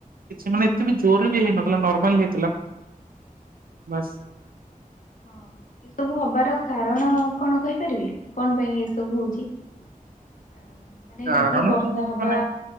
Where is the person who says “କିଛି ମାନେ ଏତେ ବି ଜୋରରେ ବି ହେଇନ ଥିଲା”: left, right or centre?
Right